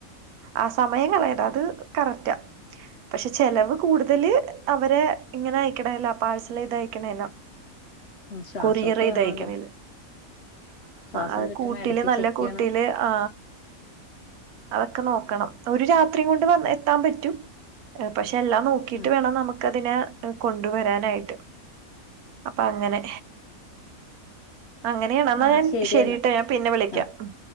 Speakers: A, on the right (about 85°); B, on the left (about 65°).
A: ആ സമയം കളയണ്ട. അത് കറക്റ്റാ പക്ഷെ ചെലവ് കൂടുതല് അവരെ ഇങ്ങനെ അയ്ക്ക്ണേല പാഴ്സലെയ്ത് അയ്ക്ക്ണേല.
B: ശ്വാസമൊക്കെ
A: കൊറിയറ്യ്തയക്ക്ണേല്
B: വേണല്ലോ ശ്വാസം
A: അത്
B: കിട്ടണം
A: കൂട്ടില്
B: ഇടക്ക്
A: നല്ല
B: ചെക്ക്
A: കൂട്ടില്
B: ചെയ്യണം
A: ആ അതക്കെ നോക്കണം ഒരു രാത്രി കൊണ്ട് വന്ന് എത്താൻപറ്റും പക്ഷെ എല്ലാം നോക്കിട്ട്
B: ആ
A: വേണം നമുക്കതിനെ കൊണ്ടുവരാനായിട്ട് അപ്പ അങ്ങനെ അങ്ങനെയാണന്നാ
B: ആ
A: ഞാൻ
B: ശരി
A: ശരിട്ടാ
B: എന്നാ
A: ഞാൻ പിന്നെ വിളിക്കാം
B: ആ